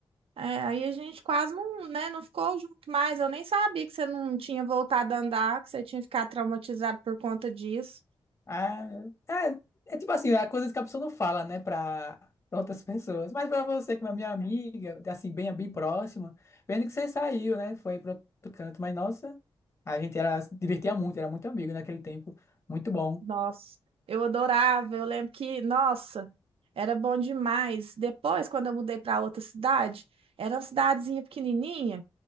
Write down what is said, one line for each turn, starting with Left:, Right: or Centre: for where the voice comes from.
Right: É, aí a gente quase não, né, não ficou junto mais. Eu nem sabia que você não tinha voltado a andar, que você tinha ficado traumatizado por conta disso.
Left: Ah, é, é tipo assim, há coisas que a pessoa não fala, né, pra, pra outras pessoas. Mas pra você, que é minha amiga, assim, bem, bem próxima, vendo que você saiu, né, foi pro outro canto. Mas, nossa, a gente era, se divertia muito, era muito amigo naquele tempo. Muito bom.
Right: Nossa, eu adorava. Eu lembro que, nossa, era bom demais. Depois, quando eu mudei para outra cidade, era uma cidadezinha pequenininha.